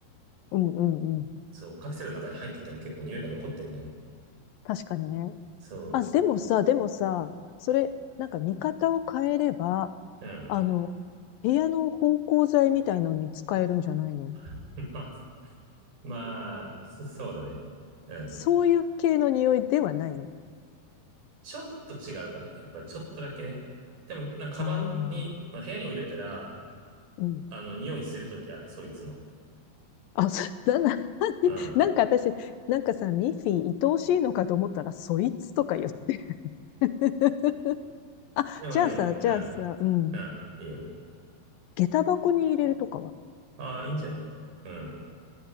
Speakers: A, on the left; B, on the right.
A: うん。うんうん。
B: そう、カプセルの中に入ってても結構匂いが残ってんのよ。
A: 確かにね。
B: そ
A: あ、でもさ、でもさ、それ、なんか見方を変えれば、
B: う、うん。
A: あの、部屋の芳香剤みたいのに使えるんじゃないの
B: <laughs> まあ、まあ、そそうだね。うん。
A: そういう系の匂いではないの。
B: ちょっと違うかな。やっぱりちょっとだけね。でも、なんかカバンに、
A: あ
B: まあ、部屋に置いといたら、
A: あー、うん。
B: あの、匂いするときある、そいつの。
A: あ、そ、<laughs> な、な、<laughs>
B: うん。
A: なんか私、なんかさ、ミッフィー、愛おしいのかと思ったら、そいつとか言って。<laughs> あ、
B: でもね、
A: じゃあさ、じゃあさ、
B: うん、
A: うん。
B: うん、いいよ。
A: 下駄箱に入れるとかは、
B: ああ、いいんじゃないうん。い